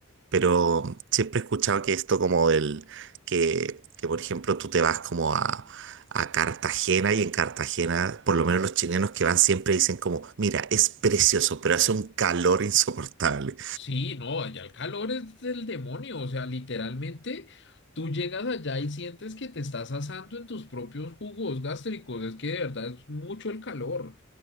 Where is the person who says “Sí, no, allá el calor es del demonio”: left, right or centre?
Left